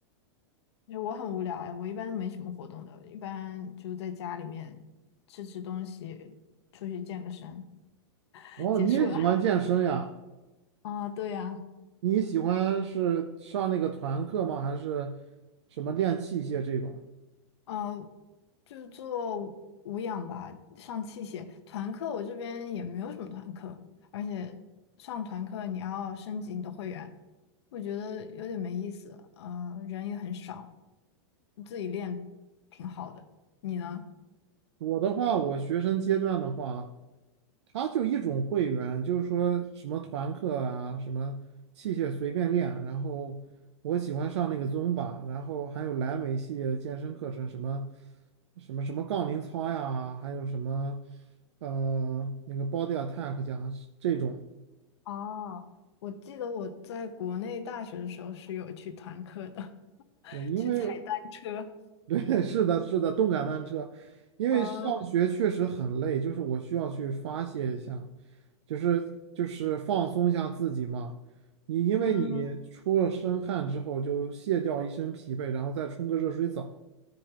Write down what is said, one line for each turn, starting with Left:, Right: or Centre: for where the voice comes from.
Left: 就为我很无聊哎，我一般都没什么活动的，一般就在家里面吃吃东西，出去健个身。
Right: 哦，
Left: 结束了
Right: 你也喜欢健身呀？
Left: <laughs> 啊，对呀，
Right: 你喜欢是上那个团课吗？还是什么练器械这种？
Left: 呃，就做无氧吧，上器械。团课我这边也没有什么团课，而且上团课你要升级你的会员，我觉得有点没意思。呃，人也很少，自己练挺好的。你呢？
Right: 我的话，我学生阶段的话，他就一种会员，就是说什么团课啊，什么器械随便练，然后我喜欢上那个 z u m b 然后还有莱美系列的健身课程，什么什么什么杠铃操呀，还有什么呃那个 Body Attack 讲这种，
Left: 哦，我记得我在国内大学的时候是有去团课的，<laughs>
Right: 对，因为
Left: 去踩单车。
Right: 对，<laughs> 是的，是的，动感单车，因为上学确实很累，
Left: 呃，
Right: 就是我需要去发泄一下，就是就是放松一下自己嘛。你因为你出了身汗之后，
Left: 嗯，
Right: 就卸掉一身疲惫，然后再冲个热水澡，